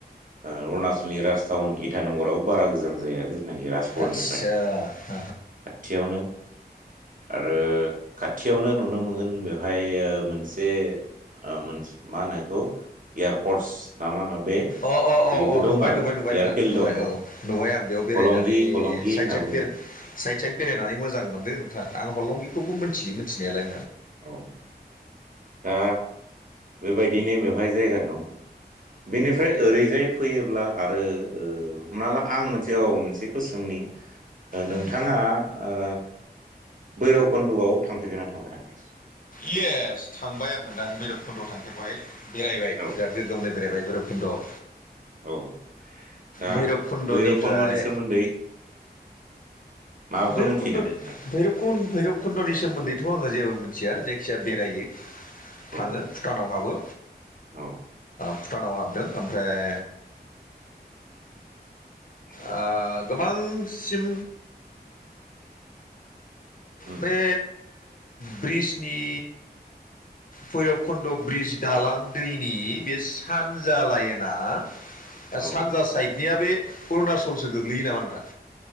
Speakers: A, on the right; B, on the left.
A: ओ अरुणाचलनि राजथावन इटानगराव बारा गोजान जाया जेनाखि राजकरनिफ्राय
B: आदसा
A: खाथियावनो आरो खाथियावनो नुनो मोनगोन बे ओमफाय मोनसे मा होनो बेखौ एयारफर्स ना मा होनो बे
B: अ अ
A: बेबो
B: अ अ
A: दं
B: नुबाय
A: आरो
B: नुबाय नुबाय
A: एयारफिल्ड
B: नोंथां नुबाय
A: दङ
B: औ नुबाय आं। बेयाव बेरायनानै
A: हलंगि हलंगि
B: साइद
A: होनना
B: साइ
A: बुङो
B: बे साइद साइद बेरायनानै
A: औ
B: मोजां मोनदों नोंथां आं हरलंगिखौबो मिथियो मिथिनायालाय।
A: औ दा बेबायदिनो बेवहाय जायगा दं। बेनिफ्राय ओरैजाय फैयोब्ला आरो ओ हमना ला आं मोनसे औ मोनसेखौ सोंनि नि नोंथाङा
B: उम
A: ओ बैरकुन्द आव थांफेरगोना थांफेराखै?
B: इस थांबाय आं नोंथां बैरब खुन्द थांफेरबाय बेरायबाय
A: औ
B: बिराद गोग्गोमनो बेरायबाय गोरबखुन्दआव।
A: औ दा
B: भैरब कुन्दनिफ्राय
A: भैरब खन्द'नि सोमोन्दै माबाफोर
B: भैरबकुन्दनि
A: मोनथियो नामा नोंथां?
B: भैर भैरबकुन्दनि सोमोन्दैथ आङो जेबो मोन थिया जायखिया बेरायो
A: औ
B: थाङो भुटानाव हाबो।
A: औ
B: भुटानाव हाबदों ओमफ्राय
A: नंगौ
B: आ गोबांसिम
A: उम
B: बे ब्रिसनि भैरबकुन्द ब्रिज दालां दैनि बे सानजा लाइनाआ। आ
A: औ
B: सानजा साइडनिया बे अरुणाचलसो गोग्लैयो नामा नोंथां?